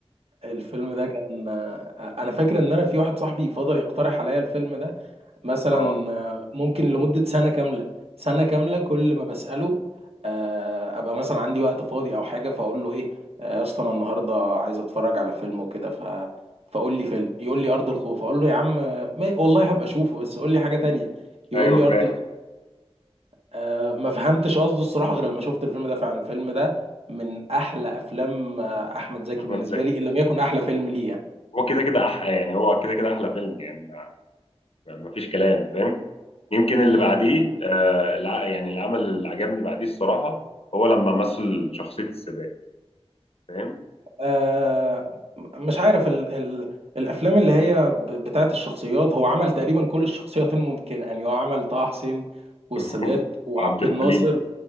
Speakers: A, on the right (about 70°); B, on the left (about 65°).
A: الفيلم ده كان آه، انا فاكر ان انا في واحد صاحبي فضل يقترح عليا الفيلم ده مثلا
B: أه
A: آه، ممكن لمدة سنة كاملة سنة كاملة كل ما بسأله آه، أبقى مثلا عندي وقت فاضي أو حاجة فأقول له إيه آه، يا اسطى أنا النهاردة عايز أتفرج على فيلم وكده ف فقول لي فيلم يقول لي أرض الخوف أقول له يا عم آه، ما... والله هبقى أشوفه بس قول لي حاجة تانية يقول
B: أيوه
A: لي أرض
B: فاهم
A: الخوف أه ما فهمتش قصده الصراحة غير لما شفت الفيلم ده فعلا الفيلم ده من أحلى أفلام آه، أحمد زكي
B: أحمد
A: بالنسبة
B: زكي
A: لي إن لم يكن أحلى فيلم ليه يعني
B: هو كده كده أحلى يعني هو كده كده أحلى فيلم يعني يعني مفيش كلام فاهم يمكن اللي
A: مم.
B: بعديه آه الع- يعني العمل اللي عجبني بعديه الصراحه هو لما مثل شخصيه السادات فاهم
A: آه مش عارف ال ال الافلام اللي هي ب- بتاعت الشخصيات هو عمل تقريبا كل الشخصيات الممكنه يعني هو عمل طه حسين والسادات
B: <laughs>
A: وعبد
B: عبد الحليم
A: الناصر